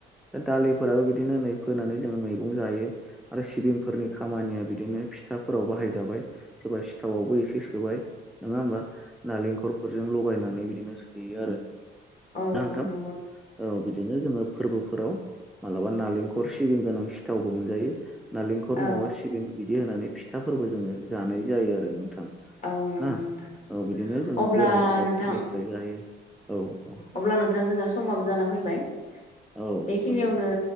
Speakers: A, in the centre; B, on the left (about 35°).
A: दा दालिफोराबो बिदिनो नै फोनानै जोङो मैगं जायो। आरो सिबिंफोरनि खामानिया बिदिनो फिथाफोराव बाहायजाबाय। सोरबा सिथावावबो एसे सोबाय नोङा होमबा? नालेंखरफोरजों लगायनानै बिदिनो सोयो आरो।
B: औ
A: ना नोंथां
B: नंगौ
A: औ बिदिनो जोङो फोर्बोफोराव मालाबा नालेंखर सिबिं गोनां सिथावबो मोनजायो नालेंखर
B: औ
A: नङाबा सिबिं बिदि होनानै फिथाफोरबो जोङो जानाय जायो आरो नोंथां।
B: औ औ नंगौ
A: ना
B: नोंथां
A: औ बिदिनो जोङो
B: अब्ला
A: गोरान आबादफोरनिफ्राय
B: नोंथां
A: जायो औ औ।
B: अब्ला नोंथां जोंना समाबो जाना फैबाय
A: औ
B: बेखिनियावनो
A: नंगौ